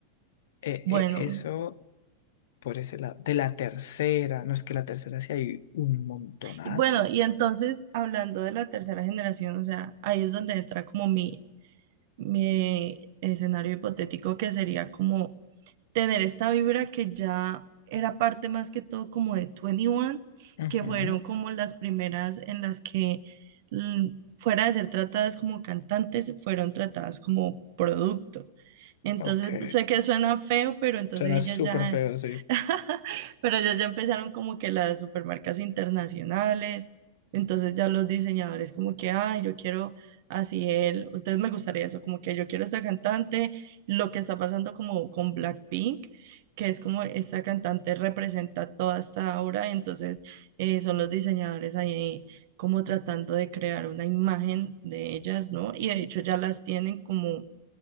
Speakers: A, on the left; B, on the right.
A: eh,
B: Bueno,
A: eh, eso por ese lado. De la tercera, no es que la tercera sí hay un montonazo.
B: y bueno, y entonces hablando de la tercera generación, o sea, ahí es donde entra como mi, mi escenario hipotético que sería como tener esta vibra que ya era parte más que todo como de 21,
A: Ujú,
B: que fueron como las primeras en las que mm, fuera de ser tratadas como cantantes, fueron tratadas como producto. Entonces,
A: Ok,
B: pues, sé que suena feo, pero entonces
A: suena
B: ellas
A: súper
B: ya,
A: feo, sí.
B: <laughs> pero ellas ya empezaron como que las supermarcas internacionales, entonces ya los diseñadores como que, ah, yo quiero así él, entonces me gustaría eso, como que yo quiero esta cantante lo que está pasando como con Blackpink, que es como esta cantante representa toda esta obra, y entonces eh, son los diseñadores ahí como tratando de crear una imagen de ellas, ¿no? Y de hecho ya las tienen como,